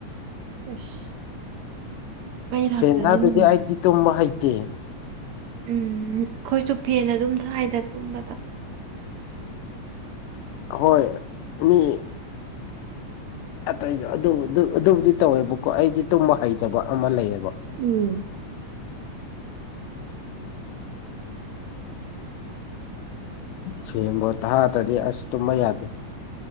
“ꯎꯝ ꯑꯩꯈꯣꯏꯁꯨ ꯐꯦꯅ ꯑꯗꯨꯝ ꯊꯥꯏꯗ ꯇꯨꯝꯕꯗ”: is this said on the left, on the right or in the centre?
Right